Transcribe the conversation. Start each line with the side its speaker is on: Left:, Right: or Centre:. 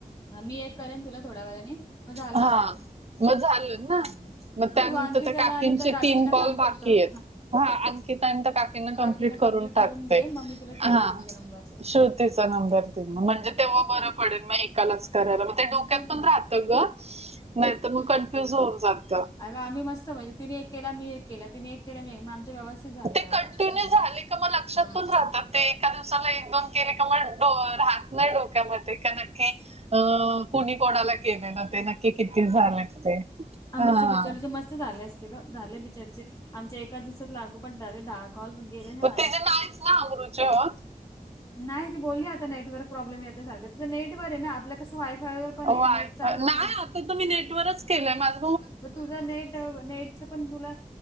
Left: हा, मी एक करेन तुला थोड्या वेळानी, मग झालं
Right: हा
Left: आपलं.
Right: मग झालं ना,
Left: हम्म
Right: मग त्यानंतर
Left: तू अंकिताला
Right: तर काकींचे
Left: आणि त्या काकींना
Right: तीन कॉल
Left: कम्प्लीट
Right: बाकी
Left: करून
Right: आहेत. हा अंकिता आणि त्या काकीना कम्प्लीट
Left: काकींना
Right: करून टाकते.
Left: घे मग मी तुला
Right: हा
Left: ते श्रुतीचा नंबर देईन
Right: श्रुतीचा नंबर तेच ग
Left: हम्म
Right: म्हणजे तेव्हा बरं पडेल, मग एकालाच करायला मग ते डोक्यात
Left: तेच
Right: पण
Left: ना
Right: राहतं ग. नाही, तर मग कन्फ्युज
Left: एक एक कॉल
Right: होऊन जात.
Left: अगं आम्ही मस्त म्हणजे तिने एक केला. मी एक केला. तिने एक केला. मी आमचं व्यवस्थित झालं
Right: ते
Left: व्यवस्थित
Right: कंटिन्यू
Left: सगळ
Right: झाले का मग लक्षात
Left: हा,
Right: पण राहतात ते एका दिवसाला एक, दोन केले का मग तो राहत नाही. डोक्यामध्ये का नक्की अ, कोणी कोणाला केले. ना ते नक्की किती झालेत ते,
Left: अमृच्या
Right: हा
Left: बिचारीचे मस्त झाले असते गं, झाले. बिचारीचे आमच्या एका दिवसच लागू पाट दहा कॉल गेले ना,
Right: पण त्याचे <inaudible>
Left: नाही. ती बोलली आता नेटवर्क प्रॉब्लेम येत सारखं तरं नेटवर आहे ना, आपल्या कसं वायफायवर पण
Right: वायफाय
Left: आहे नेट चालत
Right: नाही. आता तर मी नेटवरच केलंय, माझं
Left: मग तुझं नेट, नेटच पण तुला